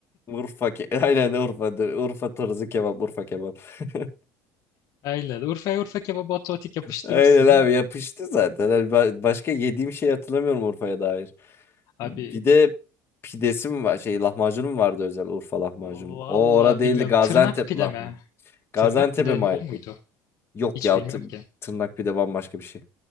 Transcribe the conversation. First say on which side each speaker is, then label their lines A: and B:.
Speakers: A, on the left; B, on the left.
A: Urfa ke <laughs> aynen Urfa'dır. Urfa tarzı kebap, Urfa kebap. <laughs>
B: <laughs> Aynen. Urfa'ya Urfa kebabı otomatik yapıştırırsın.
A: Aynen abi yapıştı zaten. Hani ba- başka yediğim şey hatırlamıyorum Urfa'ya dair.
B: Abi
A: Bir de pidesi mi var? Şey lahmacunu mu vardı özel Urfa lahmacun?
B: Vallahi
A: O ora değildi
B: bilmiyorum.
A: Gaziantep
B: Tırnak pide
A: lahmı.
B: mi?
A: Gaziantep'e
B: Tırnak pide
A: mi
B: mi
A: ait
B: o muydu?
A: bir? Yok
B: Hiç
A: ya
B: bilmiyorum
A: tı-
B: ki.
A: tırnak pide bambaşka bir şey.